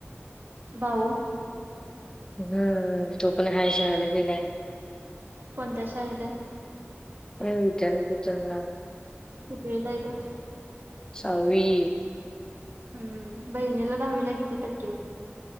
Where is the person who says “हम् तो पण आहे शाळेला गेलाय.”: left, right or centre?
Left